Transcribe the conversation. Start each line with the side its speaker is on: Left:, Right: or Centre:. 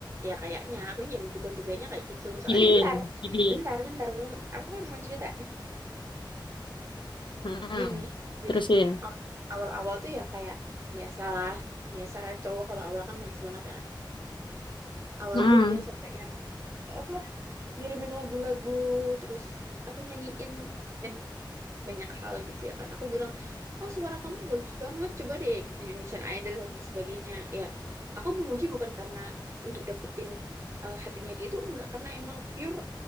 Right: ya kayaknya aku ya menduga-duganya kayak gitu soalnya
Left: feeling,
Right: bentar
Left: feeling.
Right: bentar bentar bentar. aku kan mau cerita
Left: Mm-mm.
Right: gini jadi
Left: Terusin.
Right: tuh aw- awal-awal tuh ya kayak biasalah biasa cowok kalau awal kan manis banget ya kan awal
Left: Mm-mm.
Right: tuh dia sampai yang apa ngirimin lagu-lagu terus apa nyanyiin dan banyak hal gitu ya kan aku bilang oh suara kamu bagus banget coba deh ikut Indonesian Idol dan sebagainya ya aku memuji bukan karena untuk dapetin eh, hatinya dia itu enggak karena emang pure